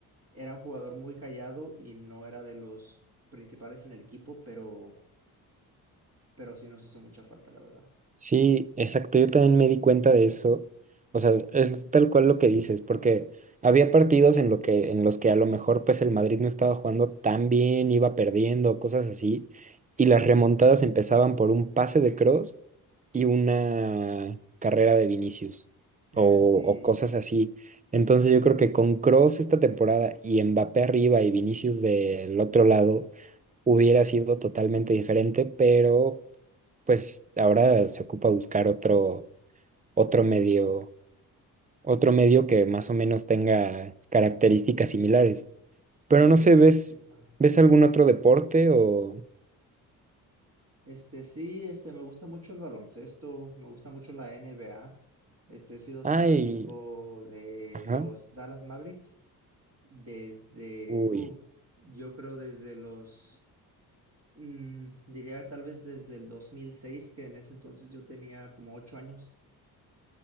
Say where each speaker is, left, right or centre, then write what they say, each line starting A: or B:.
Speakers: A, on the right; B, on the right.
A: era un jugador muy callado y no era de los principales en el equipo, pero, pero sí nos hizo mucha falta, la verdad.
B: Sí, exacto. Yo también me di cuenta de eso. O sea, es tal cual lo que dices, porque había partidos en lo que, en los que a lo mejor pues el Madrid no estaba jugando tan bien, iba perdiendo, cosas así,
A: <laughs>
B: y
A: Ujú.
B: las remontadas empezaban por un pase de Cross y una carrera de Vinicius
A: Sí,
B: o, o cosas así. Entonces yo creo que con Cross esta temporada y Mbappé arriba y Vinicius del otro lado hubiera sido totalmente diferente, pero pues ahora se ocupa buscar otro, otro medio, otro medio que más o menos tenga características similares.
A: sí,
B: Pero no sé,
A: exacto.
B: ¿ves, ves algún otro deporte o...
A: Este sí, este me gusta mucho el baloncesto, me gusta mucho la NBA. Este he sido fanático
B: Ay,
A: de
B: ajá,
A: los Dallas Mavericks desde,
B: uy.
A: uh, yo creo desde los, mm, diría tal vez desde el 2006, que en ese entonces yo tenía como ocho años.